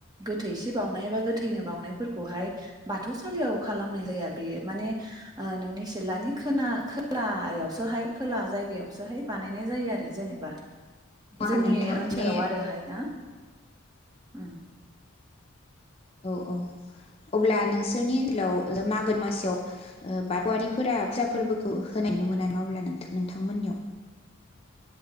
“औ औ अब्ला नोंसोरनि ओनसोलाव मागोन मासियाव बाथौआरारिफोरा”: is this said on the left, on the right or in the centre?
Left